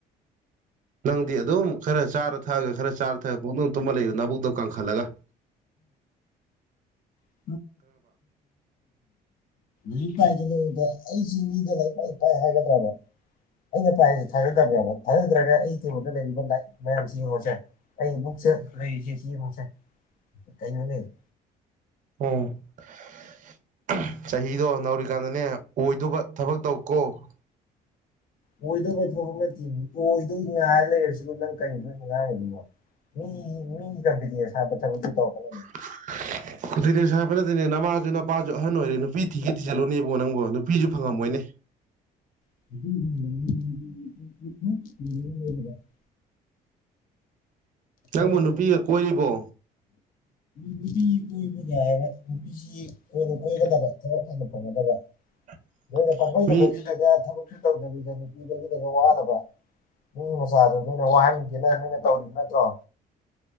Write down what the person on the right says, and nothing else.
ꯅꯪꯗꯤ ꯑꯗꯨꯝ ꯈꯔ ꯆꯥꯔ ꯊꯛꯑꯒ ꯈꯔꯥ ꯆꯥꯔ ꯊꯛꯑ ꯄꯨꯡꯇꯨꯝ ꯇꯨꯝꯃ ꯂꯩꯌꯨ ꯅꯕꯨꯛꯇꯣ ꯀꯪꯈꯠꯂꯒ ꯫
ꯎꯝ ꯫ ꯆꯍꯤꯗꯣ ꯅꯧꯔꯤꯀꯥꯟꯗꯅꯦ ꯑꯣꯏꯗꯣꯕ ꯊꯕꯛ ꯇꯧꯀꯣ ꯫
<unintelligible> ꯀꯟꯐꯤꯗꯤꯅꯦꯁ ꯍꯥꯠꯄ ꯅꯠꯇꯦꯅꯦ ꯅꯃꯥꯁꯨ ꯅꯨꯄꯥꯁꯨ ꯑꯍꯟ ꯑꯣꯏꯔꯦꯅꯩ ꯅꯨꯄꯤ ꯊꯤꯒꯦ ꯊꯤꯖꯤꯜ ꯂꯣꯅꯦ ꯅꯪꯕꯨ ꯅꯨꯄꯤꯁꯨ ꯐꯪꯉꯝꯃꯣꯏꯅꯦ꯫
ꯅꯪꯕꯨ
ꯅꯨꯄꯤꯒ ꯀꯣꯏꯔꯤꯕꯣ
<inaudible>
ꯃꯤ